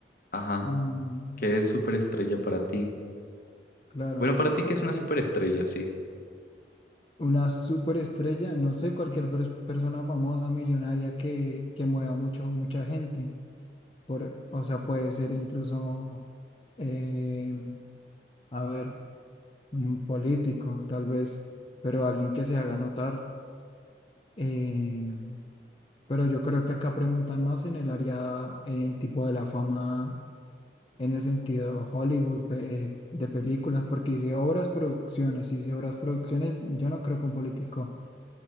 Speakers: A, on the left; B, on the left.
A: ajá,
B: mm,
A: que es superestrella para ti.
B: claro.
A: Bueno, para ti que es una superestrella, sí.
B: Una superestrella, no sé, cualquier pers- persona famosa, millonaria que, que mueva mucho, mucha gente. Por, o sea, puede ser incluso, eh, a ver. un político, tal vez, pero alguien que se haga notar. Eh, pero yo creo que acá preguntan más en el área eh, tipo de la fama, en el sentido Hollywood, pe- eh, de películas, porque dice obras, producciones, y dice obras, producciones, yo no creo que un político